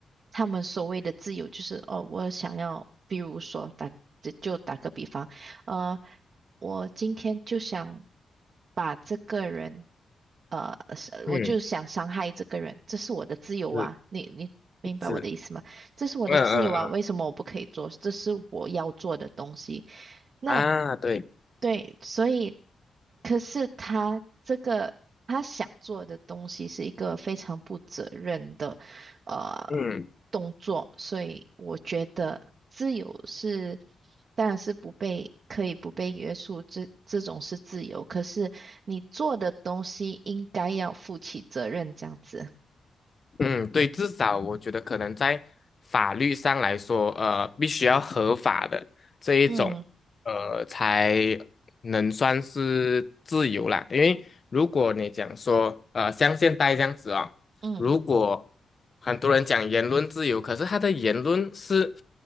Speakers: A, on the right; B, on the left.
A: 他们所谓的自由，就是哦，我想要，比如说打，就就打个比方，呃，我今天就想把这个人，呃，是我就想伤害这个人，
B: 嗯，
A: 这是我的自由啊，
B: 是
A: 你你明白我的意思吗？
B: 是。
A: 这是我的自由啊，
B: 嗯嗯嗯
A: 为什么我不可以做？这是我要做的东西。那
B: 啊，对，
A: 对，所以可是他这个他想做的东西是一个非常不责任的呃
B: 嗯
A: 动作，所以我觉得自由是当然是不被可以不被约束，这这种是自由，可是你做的东西应该要负起责任，这样子。
B: 嗯，对，至少我觉得可能在法律上来说，呃，必须要合法的这一种，
A: 嗯
B: 呃，才能算是自由啦。因为如果你讲说，呃，像现在这样子哦，
A: 嗯。
B: 如果很多人讲言论自由，可是他的言论是